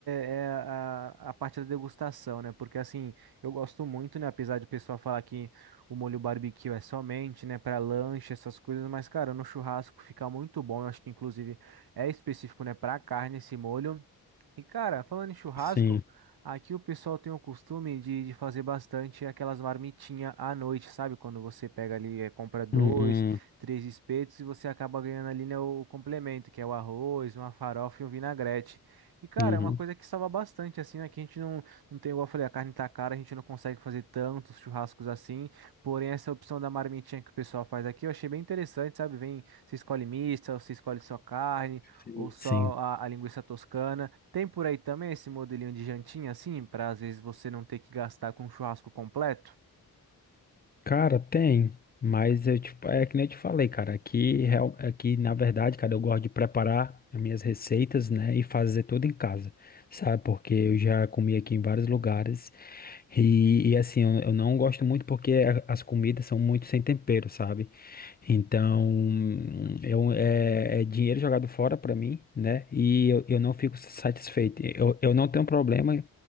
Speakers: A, on the right (about 75°); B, on the left (about 25°).
A: é a, a parte da degustação, né, porque assim. Eu gosto muito, né? Apesar de o pessoal falar que o molho barbecue é somente, né, para lanche, essas coisas, mas, cara, no churrasco fica muito bom. Eu acho que, inclusive, é específico, né, para carne esse molho. E cara, falando em churrasco,
B: Sim.
A: aqui o pessoal tem o costume de, de fazer bastante aquelas marmitinhas à noite, sabe? Quando você pega ali, eh, compra dois,
B: Uhum,
A: três espetos e você acaba ganhando ali, né, o, complemento, que é o arroz, uma farofa e um vinagrete. E cara,
B: uhum.
A: é uma coisa que salva bastante, assim, né? Que a gente não, não tem, igual eu falei, a carne tá cara, a gente não consegue fazer tantos churrascos assim. Porém, essa opção da marmitinha que o pessoal faz aqui, eu achei bem interessante, sabe? Vem, você escolhe mista, você escolhe só carne.
B: Sim.
A: Ou só
B: Sim.
A: a, a linguiça toscana. Tem por aí também esse modelinho de jantinha, assim, para às vezes você não ter que gastar com um churrasco completo?
B: Cara, tem, mas eu, tipo, é que nem eu te falei, cara, aqui, real- aqui na verdade, cara, eu gosto de preparar as minhas receitas, né, e fazer tudo em casa, sabe? Porque eu já comi aqui em vários lugares e, e, assim, eu, eu não gosto muito porque a- as comidas são muito sem tempero, sabe? Então, eu, é, é dinheiro jogado fora pra mim, né? E eu, eu não fico satisfeito. Eu, eu não tenho problema